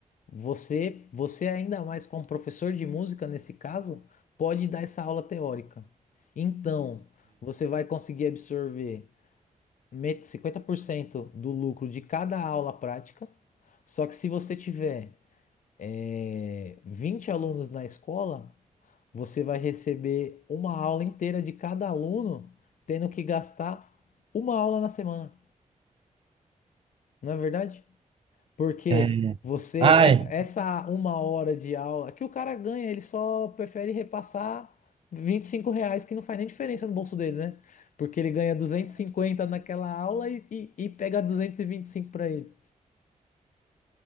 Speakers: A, on the left; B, on the right.
A: você, você ainda mais como professor de música nesse caso, pode dar essa aula teórica. Então, você vai conseguir absorver met- 50% do lucro de cada aula prática. Só que se você tiver é, 20 alunos na escola, você vai receber uma aula inteira de cada aluno, tendo que gastar uma aula na semana, não é verdade? Porque
B: É. É.
A: você,
B: Ah,
A: essa,
B: é.
A: essa uma hora de aula que o cara ganha, ele só prefere repassar 25 reais, que não faz nem diferença no bolso dele, né? Porque ele ganha 250 naquela aula e, e, e pega 225 para ele.